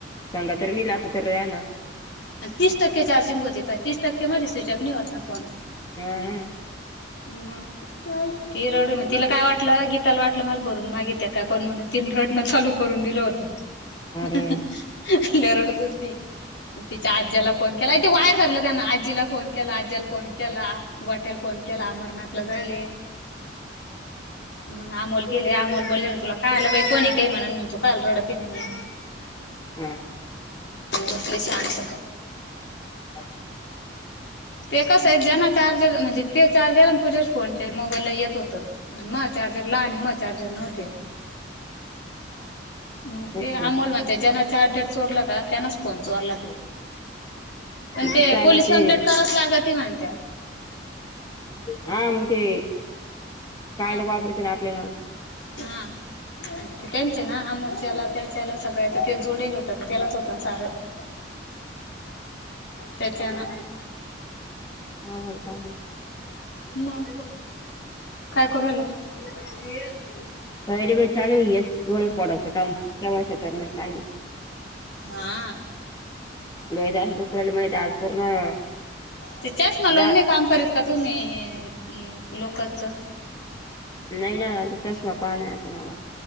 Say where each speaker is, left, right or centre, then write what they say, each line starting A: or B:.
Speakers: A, on the left; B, on the left.
A: सांगा तरी नीला अस तरला
B: आणि तीस टक्के चार्जिंग होते प तीस टक्के माझी स्विचऑफ निवत ना फोन
A: हम्म हम्म
B: हम् कीरडन तिला काय वाटलं गीताला वाटलं मला भरून मागिते काय कोण म्हण तीन रडनं चालू करून दिलं होतं
A: अरे
B: लेरडपरती तिच्या आज्याला फोन केला त वायर गलं ण आजीला फोन केला आज्याला फोन केला गोट्याला फोन केला मरणातला जायले मग आमोल गेले आमोल बोलले तुला काय आला बाई कोणी काही म्हण तू कायला रडत म्हणे
A: हम
B: कसली सांगस
A: अ
B: ते कसं आहे ज्याना चार्जर म्हणजे ते चार्जर तझ्याच फोन मोबाईल ला येत होत मग चार्जर ला आणि मग चार्जर नव्ह
A: <inaudible>
B: मग ते
A: अच्छा अच्छा
B: अमोल म्हणते ज्यांना चार्जर चोरलं का त्यांनाच फोन चोरला ते पण ते
A: चार्जिंग
B: पोलीस
A: ते
B: कम्प्लेंट कराच लागत म्हणत
A: हा मग ते काड
B: हा
A: वापरते ना आपल्याला
B: हा. ते त्यांचे ना आमच्याला त्याच्याला सगळ्याच ते जोडेल होतं आणि त्यालाच होतं सारं
A: ह
B: त्याच्या ना
A: अवरल काम
B: मग काय करू राहील
A: हडी चालच डोळे पडाता काल केव श करणार काय दिस
B: हा
A: डोळे लई दुख राहिले माहित आज पूर्ण
B: ते चष्मा लावून
A: जा
B: नाही का काम करीत का तुम्ही लोकच
A: नाहीय नाही आता चष्मा नाही आता ना